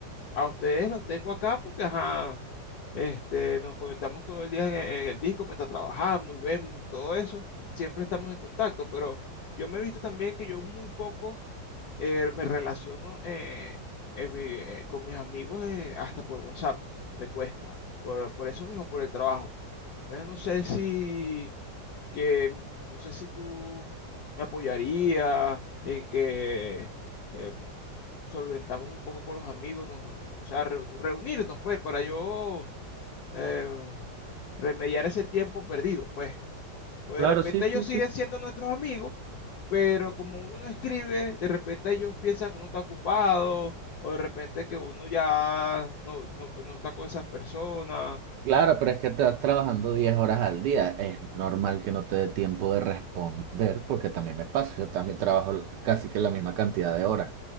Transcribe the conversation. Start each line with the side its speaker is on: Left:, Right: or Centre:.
Left: A ustedes los tengo acá porque, ajá, este, nos conectamos todo el día en, en el disco mientras trabajamos y vemos y todo eso. Siempre estamos en contacto, pero yo me he visto también que yo muy poco eh, me relaciono eh, en mi- eh, con mis amigos eh, hasta por WhatsApp. Me cuesta. Por, por eso mismo, por el trabajo. Entonces no sé si que no sé si tú me apoyarías en que eh, solventamos un poco con los amigos, nos- nos- o sea, reu- reunirnos pues para yo eh, remediar ese tiempo perdido, pues. Pues
Right: Claro,
Left: de repente
Right: sí, sí,
Left: ellos siguen
Right: sí.
Left: siendo nuestros amigos, pero como uno no escribe, de repente ellos piensan que uno está ocupado, o de repente que uno ya no, no, no está con esas personas.
Right: Claro, pero es que estás trabajando 10 horas al día. Es normal que no te dé tiempo de responder, porque también me pasa. Yo también trabajo casi que la misma cantidad de horas.